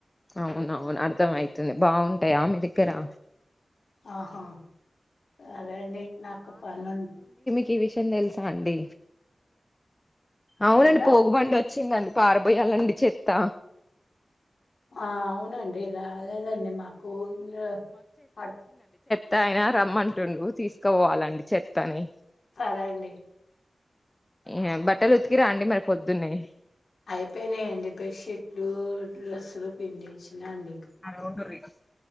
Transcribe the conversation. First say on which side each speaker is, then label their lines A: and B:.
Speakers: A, on the left; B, on the left.
A: అవునవును అర్ధం అయితుంది బావుంటాయా, మీ దగ్గరా
B: ఆహా అదే అండి నాకు పను
A: కి విషం థెల్సా అండి. అవునండి
B: ఇంకా
A: పోగు బంటి వచ్చిందండి పారపోయాలండీ చెత్త
B: ఆ అవును అండి ఇలా లేదండి మాకు ఇంగ ఆ
A: టయనా రమ్మంటుండు తీసుకుపోవాలండి చెత్తని
B: సరే అండి
A: ఏం బట్టలు ఉతుకీర అండి మరీ పొద్దున్నే
B: అయ్ పెయినయ్ అండి. బెసిట్లు, డ్రెస్సులు పిండేస్నండి.
A: సరే ఉండుర్రి